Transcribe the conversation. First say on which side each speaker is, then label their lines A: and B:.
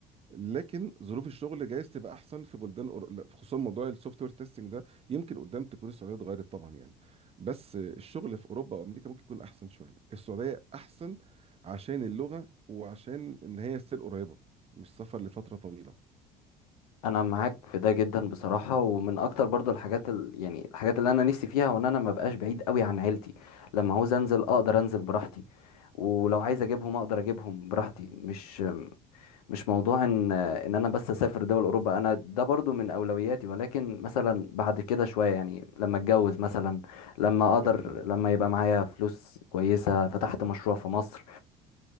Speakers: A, on the right; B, on the left.
A: لكن ظروف الشغل جايز تبقى احسن في بلدان أور... لا، خصوصا موضوع السوفت وير تيستنج ده يمكن قدام تكون السعوديه اتغيرت طبعا يعني بس آه، الشغل في اوروبا وامريكا ممكن يكون احسن شويه السعوديه احسن عشان اللغه وعشان ان هي ستيل قريبه مش سفر لفتره طويله ان
B: انا معاك في ده جدا بصراحة ومن اكتر برضو الحاجات ال... يعني الحاجات اللي انا نفسي فيها وان انا ما بقاش بعيد قوي عن عيلتي لما عاوز انزل اقدر انزل براحتي ولو عايز اجيبهم اقدر اجيبهم براحتي مش مش موضوع ان ان انا بس اسافر دول اوروبا انا ده برضو من اولوياتي ولكن مثلا بعد كده شويه يعني لما اتجوز مثلا لما اقدر
A: شاء الله
B: لما يبقى معايا فلوس كويسه فتحت مشروع في مصر